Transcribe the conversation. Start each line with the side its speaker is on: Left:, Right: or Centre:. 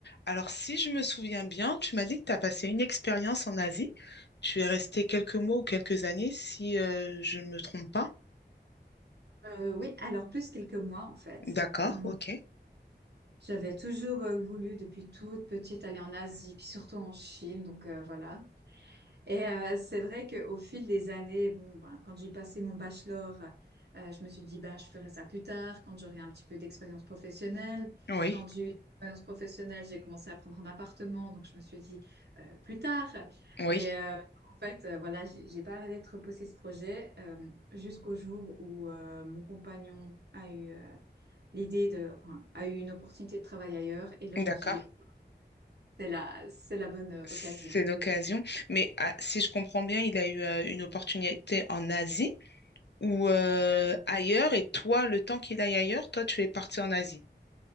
Left: Alors, si je me souviens bien, tu m'as dit que tu as passé une expérience en Asie. Tu es resté quelques mois ou quelques années, si euh, je ne me trompe pas.
Right: Euh, oui, alors plus quelques mois en fait.
Left: D'accord,
Right: Donc,
Left: ok.
Right: j'avais toujours euh, voulu depuis toute petite aller en Asie, puis surtout en Chine. Donc euh, voilà. Et euh, c'est vrai qu'au fil des années, bon, ben, quand j'ai passé mon bachelor, euh, je me suis dit, bah, je ferai ça plus tard, quand j'aurai un petit peu d'expérience professionnelle.
Left: Oui,
Right: Quand j'ai eu de l'expérience professionnelle, j'ai commencé à prendre un appartement, donc je me suis dit, euh, plus tard.
Left: oui,
Right: Et euh, en fait, euh, voilà, j'ai j'ai pas arrêté de repousser ce projet euh, jusqu'au jour où euh, mon compagnon a eu euh, l'idée de, enfin, a eu une opportunité de travail ailleurs. Et là,
Left: d'accord.
Right: je me suis dit, c'est la, c'est la bonne euh,
Left: C'est
Right: occasion.
Left: l'occasion. Mais ah, si je comprends bien, il a eu euh, une opportunité en Asie ou euh, ailleurs, et toi, le temps qu'il aille ailleurs, toi, tu es parti en Asie.